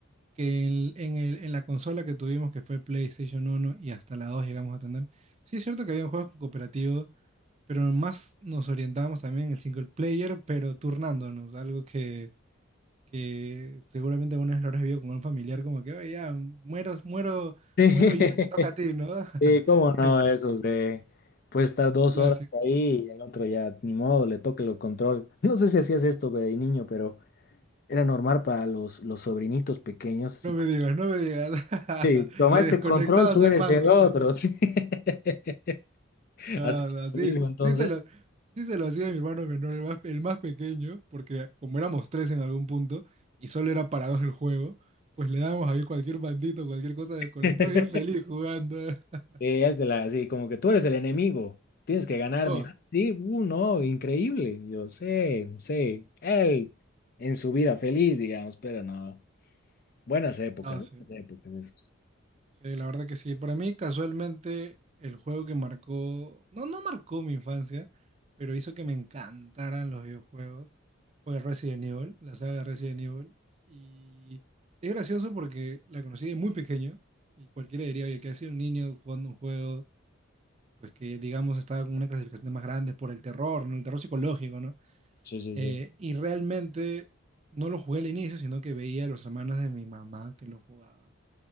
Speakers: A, on the right; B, on the left.
A: que en, en el- en la consola que tuvimos, que fue PlayStation 1 y hasta la 2 llegamos a tener, sí es cierto que había juegos cooperativos, pero más nos orientábamos también en el single player, pero turnándonos, algo que, que seguramente alguna vez lo habrás vivido con un familiar, como que, oye, ya, muero, muero,
B: <laughs>
A: muero yo y te toca a ti, ¿no? <laughs>
B: sí, cómo no,
A: El
B: eso de, puedes estar dos
A: clásico.
B: horas ahí y el otro ya, ni modo, le toque el control. No sé si hacías esto de niño, pero era normal para los, los sobrinitos pequeños, así
A: No me
B: como,
A: digas, no me digas. <laughs>
B: sí, tomaste
A: Le desconectabas
B: control, tú
A: el
B: eres
A: mando.
B: el otro, sí. <laughs>
A: No,
B: ¿Has hecho
A: no, sí,
B: lo mismo entonces?
A: sí se lo, sí se lo hacía a mi hermano menor, el más, el más pequeño, porque como éramos tres en algún punto y solo era para dos el juego, pues le dábamos ahí cualquier bandito, cualquier cosa desconectada
B: <laughs>
A: y él feliz jugando. <laughs>
B: Eh, es de la así, como que tú eres el enemigo, tienes que ganarme.
A: Dos,
B: Ah, Sí, uh, no, increíble. Yo sé, sé. Él en su vida feliz, digamos, pero no. Buenas épocas,
A: no sé.
B: buenas épocas. esas.
A: Sí, la verdad que sí. Para mí, casualmente, el juego que marcó, no, no marcó mi infancia, pero hizo que me encantaran los videojuegos, fue Resident Evil, la saga Resident Evil. Y es gracioso porque la conocí de muy pequeño y cualquiera diría, oye, que ha sido un niño jugando un juego, pues que digamos estaba con una clasificación más grande por el terror, ¿no? El terror psicológico, ¿no?
B: Sí, sí,
A: Eh,
B: sí.
A: y realmente no lo jugué al inicio, sino que veía a los hermanos de mi mamá que lo jugaban.